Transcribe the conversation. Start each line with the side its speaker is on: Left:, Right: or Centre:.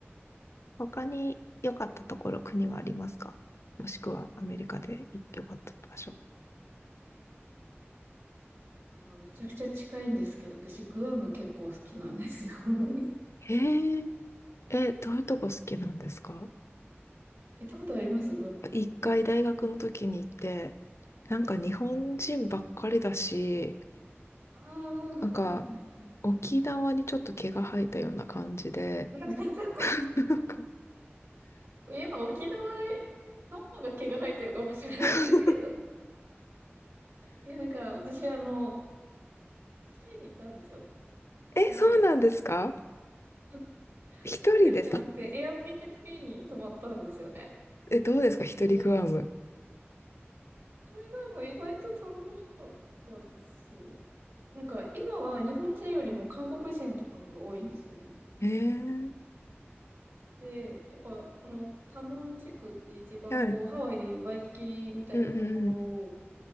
Left: 他に良かったところ、国はありますかもしくはアメリカで良かった場所。
Right: あの、めちゃくちゃ近いんですけど、私グアム結構好きなんですよ。<laughs>
Left: へえ、え、どういうとこ好きなんですか
Right: 行ったことありますグアム。
Left: 一回大学の時に行って、なんか日本人ばっかりだし、
Right: ああ、はいはいはい。
Left: なんか、沖縄にちょっと毛が生えたような感じで、
Right: <laughs>
Left: <laughs> なんか
Right: 今沖縄の方が毛が生えてるかもしれないですけど。
Left: <laughs>
Right: いや、なんか、私、あの、一人で行ったんですよ。
Left: え、
Right: で、
Left: そうなんですか
Right: ホ
Left: 一人ですか
Right: テルじゃなくて、Airbnb に泊まったんですよね。
Left: え、どうですか一人グアム。
Right: で、それがもう意外と楽しかったです。なんか、今は日本人よりも韓国人とかの方が多いんですよね。
Left: えー、
Right: で、やっぱ、このタモン地区って一番こう、
Left: はい。
Right: ハワイでいうワイキキみたいなところ
Left: うんうんうん。